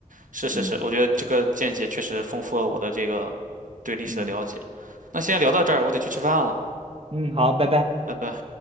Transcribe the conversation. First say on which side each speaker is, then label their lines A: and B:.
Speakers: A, on the right; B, on the right.
A: 是是是，
B: 嗯
A: 我觉得这个见解确实丰富了我的这个对历史的了解。
B: 嗯
A: 那先聊到这儿，我得去吃饭了，
B: 嗯，好，拜拜。
A: 拜拜。